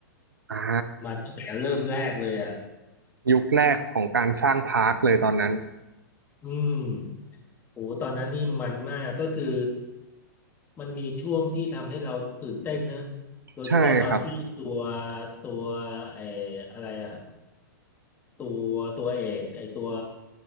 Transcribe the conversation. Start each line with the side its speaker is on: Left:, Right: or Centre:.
Right: อ่า
Left: มาตั้งแต่เริ่มแรกเลยอ่ะ
Right: ยุคแรกของการสร้างพาร์คเลยตอนนั้น
Left: อืมโหตอนนั้นนี่มันมากก็คือมันมีช่วงที่ทำให้เราตื่นเต้นนะโดยเฉพาะตอนที่ตัว
Right: ใช่ครับ
Left: ตัวไอ้อะไรอ่ะตัวตัวเอกไอ้ตัว